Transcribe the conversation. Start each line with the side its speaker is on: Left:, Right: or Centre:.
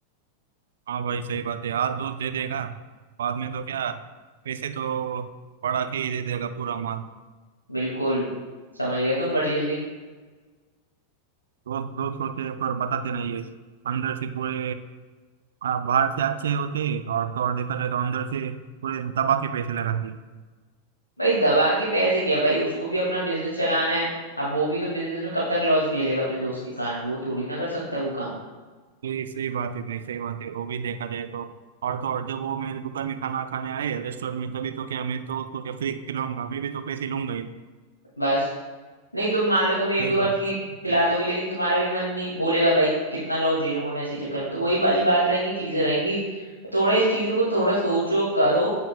Right: हाँ भाई सही बात है आज दोस्त दे देगा बाद में तो क्या पैसे तो बढ़ा के ही दे देगा पूरा माल
Left: बिल्कुल समझ गए तुम बड़ी जल्दी
Right: दोस्त दोस्त होते हैं पर बताते नहीं है अंदर से पूरे आ, बाहर से अच्छे होते हैं और तो और देखा जाए तो अंदर से पूरे दबा के पैसे लगाते हैं
Left: भाई दवा के पैसे क्या भाई उसको भी अपना बिजनेस चलाना है अब वो भी तो बिजनेस में कब तक लॉस झेलेगा अपने दोस्त के कारण वो थोड़ी ना कर सकता है वो काम
Right: तो ये सही बात है भाई सही बात है वो भी देखा जाए तो और तो और जब वो मेरे दुकान में खाना खाने आए रेस्टोरेंट में तभी तो क्या मैं तो उसको क्या फ्री खिलाऊंगा मैं भी तो पैसे लूंगा ही
Left: बस नहीं तुम मान लो तुम एक
Right: सही
Left: दो
Right: बात
Left: बार फ्री खिला
Right: है।
Left: दोगे लेकिन तुम्हारा भी मन नहीं बोलेगा भाई कितना लॉस झेलूंगा मैं इसके चक्कर में तो वही वाली बात रहेंगी चीजें रहेंगी थोड़ा इस चीजों को थोड़ा सोचो करो